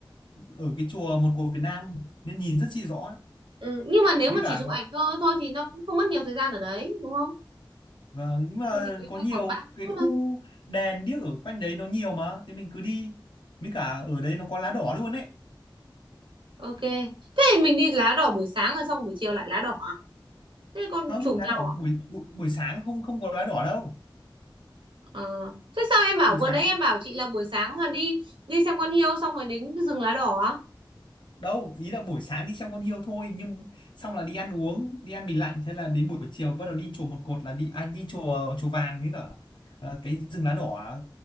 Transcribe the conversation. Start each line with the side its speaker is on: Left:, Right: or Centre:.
Left: ở cái chùa một cột Việt Nam nên nhìn rất chi rõ
Right: ừ. nhưng mà nếu
Left: với
Right: mà
Left: cả
Right: chỉ chụp ảnh thôi thôi thì nó cũng không mất nhiều thời gian ở đấy đúng không
Left: và nhưng mà
Right: mình chỉ quanh
Left: có
Right: quanh
Left: nhiều
Right: khoảng ba mươi
Left: cái
Right: phút
Left: khu đèn điếc ở quanh đấy nó nhiều mà thế mình cứ đi với cả ở đấy nó có lá đỏ luôn ấy
Right: Ok. Thế thì mình đi lá đỏ buổi sáng rồi xong buổi chiều lại lá đỏ à? Thế con
Left: không
Right: trùng
Left: lá
Right: nhau
Left: đỏ
Right: à?
Left: buổi buổi, buổi sáng không không có lá đỏ đâu
Right: Ờ. Thế sao em bảo
Left: buổi
Right: vừa
Left: sáng
Right: nãy em bảo chị là buổi sáng là đi đi xem con hiêu xong rồi đến cái rừng lá đỏ á?
Left: đâu ý là buổi sáng đi xem con hươu thôi nhưng xong là đi ăn uống đi ăn mì lạnh thế là đến buổi chiều bắt đầu đi chùa một cột là đi à, đi chùa chùa vàng với cả ờ, cái rừng lá đỏ